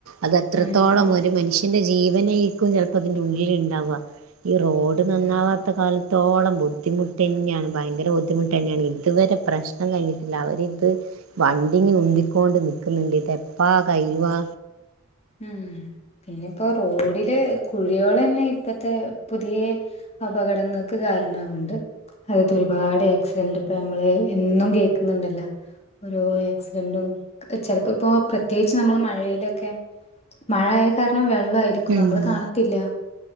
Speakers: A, on the right (about 80°); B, on the left (about 30°).
A: അത് അത്രത്തോളം
B: ഉം ഉം
A: ഒര് മനുഷ്യ.... ന്റെ ജീവനേക്കും ചെലപ്പൊ അതിന്റെ ഉള്ളില് ണ്ടാവ. ഈ റോഡ്
B: അതെ
A: നന്നാവാത്ത
B: അതെ
A: കാല... ത്തോളം ബുദ്ധിമുട്ടെന്നേണ്. ഭയങ്കര ബുദ്ധിമുട്ടെന്നേണ്. ഇത് വരെ പ്രശ്.... നം കഴിഞ്ഞിട്ടില്ല. അവരിത് വണ്ടിങ് ഉന്തിക്കൊണ്ട് നിക്ക് ന്ന്ണ്ട്. ഇതെപ്പാ കൈയ്യ്‌വാ
B: ഉം പിന്നെപ്പൊ റോഡില് കുഴികളെന്നെ ഇപ്പത്തെ പുതിയെ അപകടങ്ങൾക്ക് കാരണാവ്ണ്ട് അതൊരുപാട് ആക്സിഡന്റ് പ്പ ഞമ്മള് ഇന്നും കേൾക്ക്ന്നുണ്ടല്ലാ. ഓരോ ആക്സിഡന്റും ക്ക് ചെലപ്പൊ പ്പോ പ്രത്യേകിച്ച് നമ്മള് മഴയിലൊക്കെ മഴയായ കാരണം വെള്ളായിരിക്കും.
A: ഉം
B: നമ്മള് കാണത്തില്ല.